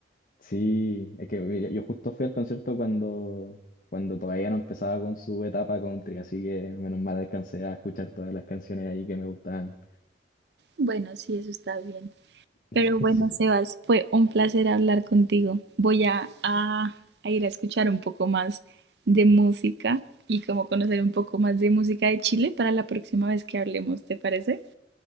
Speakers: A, on the left; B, on the right.
A: Sí, es que mira, yo justo fui al concierto cuando, cuando todavía no empezaba con su etapa country, así que menos mal alcancé a escuchar todas las canciones ahí que me gustaban.
B: Bueno, sí, eso está bien.
A: <laughs>
B: Pero bueno,
A: Sí,
B: Sebas, fue un placer hablar contigo. Voy a, a- a ir a escuchar un poco más de música y como conocer un poco más de música de Chile para la próxima vez que hablemos, ¿te parece?